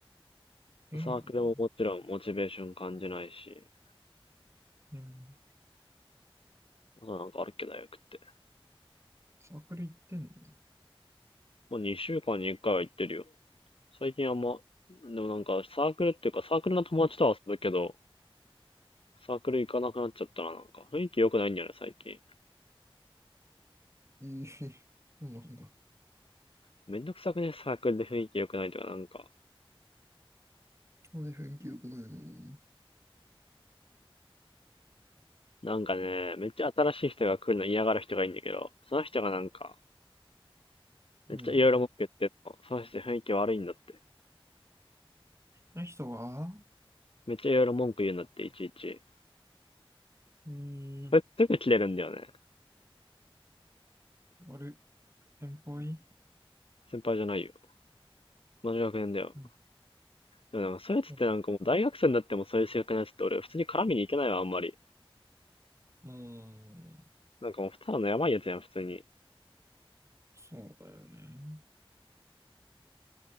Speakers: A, on the right (about 30°); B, on the left (about 70°).
A: 変やわ。
B: サークルももちろんモチベーション感じないし。
A: うん。
B: あとなんかあるっけ、大学って。
A: サークル行ってんの
B: もう2週間に1回は行ってるよ。最近あんま、でもなんかサークルっていうかサークルの友達とは遊ぶけど、サークル行かなくなっちゃったな、なんか。雰囲気良くないんだよね、最近。
A: ええ、そうなんだ。
B: めんどくさくね、サークルで雰囲気良くないとか、なんか。
A: なんで雰囲気良くないの
B: なんかね、めっちゃ新しい人が来るの嫌がる人がいいんだけど、その人がなんか、
A: うん。
B: めっちゃいろいろ文句言ってんの。その人雰囲気悪いんだって。
A: あの人は
B: めっちゃいろいろ文句言うんだって、いちいち。
A: うーん、
B: それすぐ切れるんだよね。
A: あれ、先輩
B: 先輩じゃないよ。同じ学年だよ。
A: う
B: でもなんかそういうやつってなんかもう大学生になってもそういう性格のやつって俺普通に絡みに行けないわ、
A: ん
B: あんまり。
A: うん、
B: なんかもうただのやばいやつやん、普通に。
A: そうだよね。